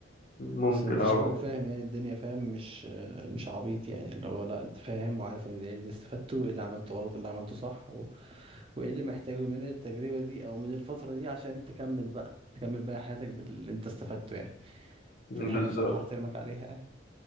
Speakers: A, on the left; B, on the right.
A: ممكن
B: بس انت
A: اه
B: شكلك فاهم يعني الدنيا فاهم مش مش عبيط يعني اللي هو لا انت فاهم وعارف ان ايه اللي استفدته وايه اللي عملته غلط ايه اللي عملته صح و... وايه اللي محتاجه من التجربة دي او من الفترة دي عشان تكمل بقى تكمل بقى حياتك باللي انت استفدته يعني
A: بالظبط
B: فدي حاجة بصراحة احترمك عليها يعني.